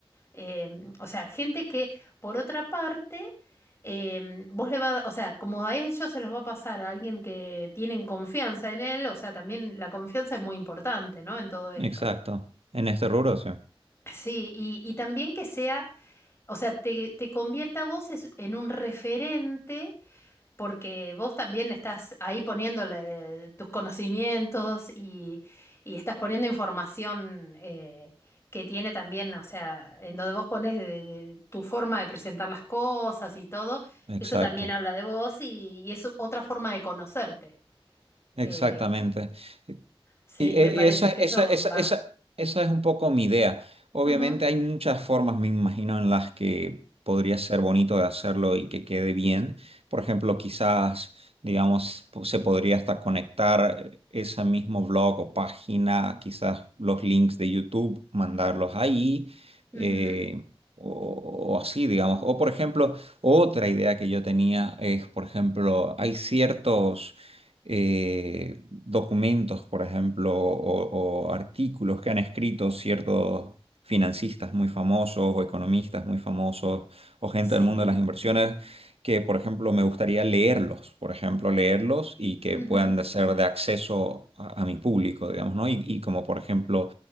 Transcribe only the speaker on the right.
exacto. En este rubro, sí.
Exacto.
Exactamente.
Y eh,
esa,
esa,
esa,
esa, esa es un poco mi idea. Obviamente
hay muchas formas, me imagino, en las que podría ser bonito de hacerlo y que quede bien. Por ejemplo, quizás, digamos, po- se podría hasta conectar ese mismo blog o página, quizás los links de YouTube, mandarlos ahí.
eh, O, o así, digamos. O por ejemplo, otra idea que yo tenía es, por ejemplo, hay ciertos eh, documentos, por ejemplo, o, o artículos que han escrito ciertos financistas muy famosos o economistas muy famosos o gente
del mundo de las inversiones que, por ejemplo, me gustaría leerlos, por ejemplo, leerlos y que
puedan de ser de acceso a, a mi público, digamos, ¿no? Y, y como, por ejemplo,